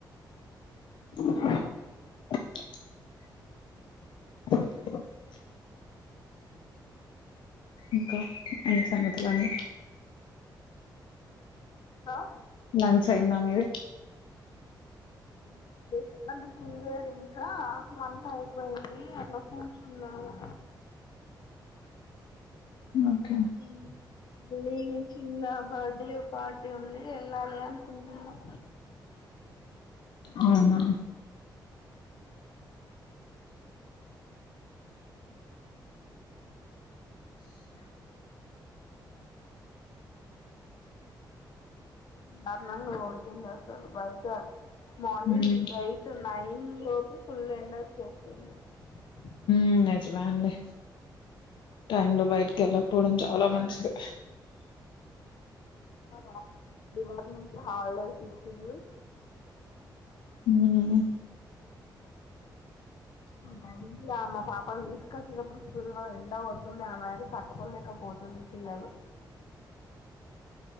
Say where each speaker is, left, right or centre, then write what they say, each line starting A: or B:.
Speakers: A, on the left; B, on the left.
A: <inaudible> <inaudible> ఇంకా ఎమ్ సంగతలు అండి
B: హ
A: లాంచ్ అయిందా మీది
B: అన్నం ది త్ తినలేదు ఇంకా వంట అయిపోయింది అట్లా కూర్చున్నాము
A: ఓకే
B: ఈ మీ చిన్న బర్డె పార్టీ ఉండి వెళ్ళాలి అనుకుంటున్నాం
A: అవునా
B: దారుణంగా కొడుతుంది అసలు బయట మార్నింగ్
A: హ్మ్
B: ఎయిట్ నైన్ లోపు ఫుల్ ఎండొచ్చేస్తుంది చేస్తుంది
A: ఉమ్ నిజమే అండి టైమ్ లో బయటకి ఎళ్ళక్ పోవడం చ అలా మంచ్ ద్
B: మా పాప ఇవ్వాల్టి నుంచి హాలిడేస్ ఇచ్చిరు
A: హ్మ్
B: మళ్ళీ అమ్మే మా పాపను తీసుకోనప్పుడు తృజగా ఎండా కొడుతుంది ఆ మాది కట్టుకోలేకపోతుంది పిల్లలు